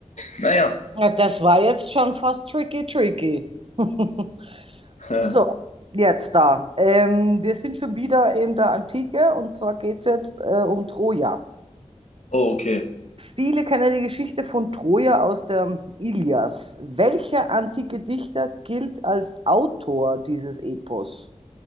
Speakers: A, on the left; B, on the right.
A: naja. <laughs>
B: Ja, das war jetzt schon fast tricky, tricky. <laughs>
A: Äh,
B: So, jetzt da. Ähm, wir sind schon wieder in der Antike und zwar geht es jetzt äh, um Troja.
A: Oh, okay.
B: Viele kennen die Geschichte von Troja aus der Ilias. Welcher antike Dichter gilt als Autor dieses Epos?